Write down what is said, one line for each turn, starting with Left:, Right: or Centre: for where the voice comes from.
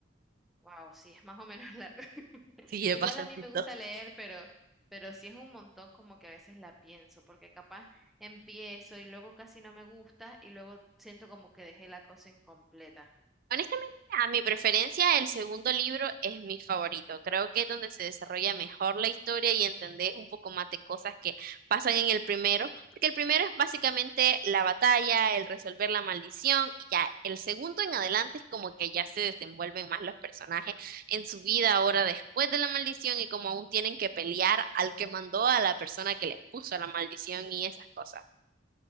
Centre: Wow, sí, es más o menos largo. <laughs>
Right: Sí,
Centre: Igual
Right: es bastante.
Centre: a mí me gusta leer, pero, pero sí es un montón como que a veces la pienso, porque capaz empiezo y luego casi no me gusta y luego siento como que dejé la cosa incompleta.
Right: Honestamente, a mi preferencia, el segundo libro es mi favorito. Creo que es donde se desarrolla mejor la historia y entendés un poco más de cosas que pasan en el primero, porque el primero es básicamente la batalla, el resolver la maldición, y ya el segundo en adelante es como que ya se desenvuelven más los personajes en su vida ahora después de la maldición y como aún tienen que pelear al que mandó a la persona que les puso la maldición y esas cosas.